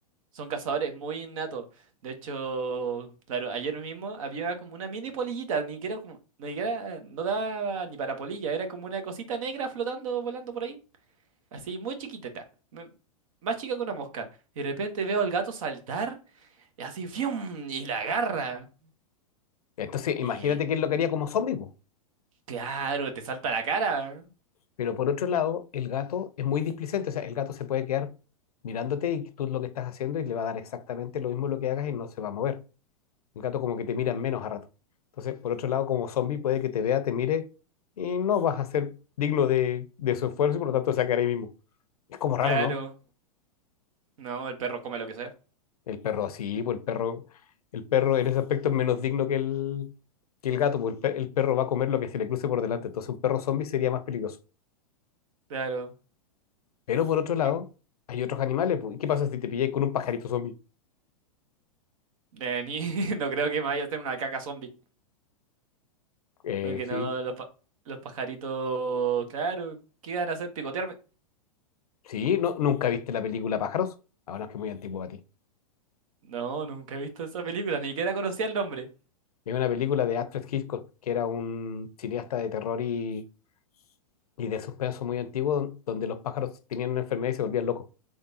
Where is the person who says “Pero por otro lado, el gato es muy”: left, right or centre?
Left